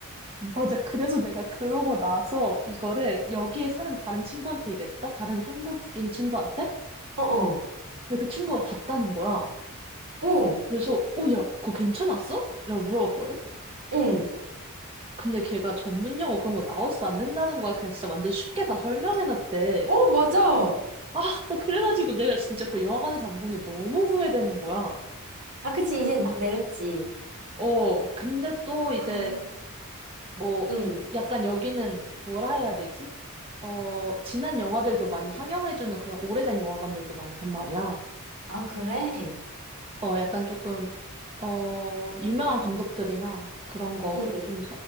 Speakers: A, on the right; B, on the right.
A: 맞아. 그래서 내가 그러고 나서 이거를 여기에 사는 다른 친구한테 얘기했다? 다른 한국인 친구한테?
B: 어어.
A: 근데 그 친구가 봤다는 거야.
B: 어.
A: 그래서, 어, 야, 그거 괜찮았어? 라고 물어봤거든?
B: 응.
A: 근데 걔가 전문 용어 그런 거 나오지도 않는다는 거야. 그냥 진짜 완전 쉽게 다 설명해놨대.
B: 어, 맞아.
A: 아, 나 그래가지고 내가 진짜 그 영화관에서 안 본 게 너무 후회되는 거야.
B: 아, 그치. 이제 막 내렸지.
A: 어, 근데 또 이제
B: 아,
A: 뭐,
B: 응.
A: 약간 여기는 뭐라 해야 되지? 어, 지난 영화들도 많이 상영해주는 그런 오래된 영화관들도 많단 말이야.
B: 아, 그래?
A: 어, 약간 조금, 어, 유명한 감독들이나 그런 거
B: 응.
A: 좀